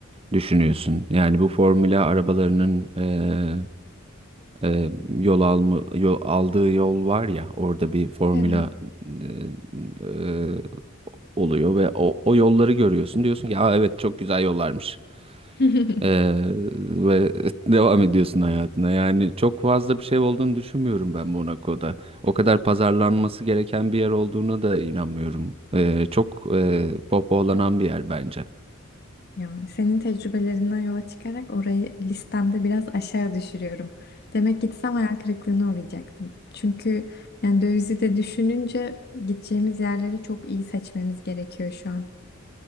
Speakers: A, on the right; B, on the left.
A: düşünüyorsun. Yani bu formula arabalarının e, e, yol alma, yol, aldığı yol var ya orada bir formula
B: Evet.
A: e, e, oluyor ve o, o yolları görüyorsun. Diyorsun ki ya evet çok güzel yollarmış.
B: <laughs>
A: Ee, ve <laughs> devam ediyorsun hayatına. Yani çok fazla bir şey olduğunu düşünmüyorum ben Monaco'da. O kadar pazarlanması gereken bir yer olduğuna da inanmıyorum. Ee, çok e, pohpohlanan bir yer bence.
B: Yani senin tecrübelerinden yola çıkarak orayı listemde biraz aşağı düşürüyorum. Demek gitsem hayal kırıklığına uğrayacaktım. Çünkü yani dövizi de düşününce gideceğimiz yerleri çok iyi seçmemiz gerekiyor şu an.